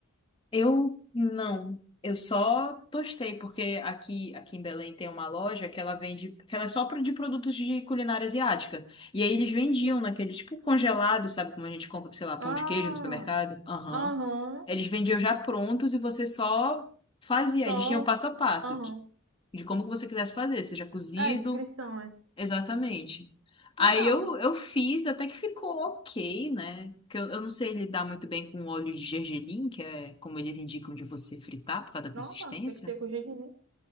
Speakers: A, on the left (about 25°); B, on the right (about 65°).
A: Eu não. Eu só tostei, porque aqui, aqui em Belém tem uma loja que ela vende, que ela é só pro- de produtos de culinária asiática. E aí eles vendiam naquele tipo congelado, sabe como a gente compra, sei lá, pão
B: Ah,
A: de queijo no supermercado? Aham.
B: aham.
A: Eles vendiam já prontos e você só fazia.
B: Só,
A: Eles tinham passo a passo
B: aham.
A: de, de como que você quisesse fazer, seja cozido
B: É, descrição, é.
A: Exatamente. Aí
B: Legal.
A: eu, eu fiz, até que ficou ok, né? Que eu, eu não sei lidar muito bem com óleo de gergelim, que é como eles indicam de você fritar por causa da
B: Nossa,
A: consistência.
B: tem que ser com jejum, né?